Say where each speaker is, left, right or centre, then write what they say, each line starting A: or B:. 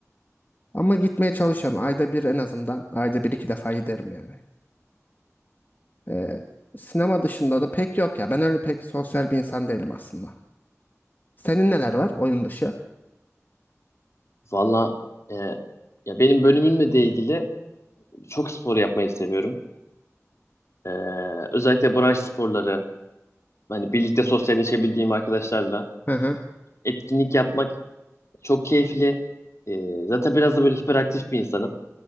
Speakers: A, on the left; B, on the left.
A: Ama gitmeye çalışıyorum. Ayda bir en azından. Ayda bir iki defa giderim yani. Ee, sinema dışında da pek yok ya. Ben öyle pek sosyal bir insan değilim aslında. Senin neler var oyun dışı?
B: Valla e, ya benim bölümümle de ilgili çok spor yapmayı seviyorum. Ee, özellikle branş sporları, hani birlikte sosyalleşebildiğim arkadaşlarla
A: Hı hı.
B: etkinlik yapmak Çok keyifli. Ee, zaten biraz da böyle hiperaktif bir insanım.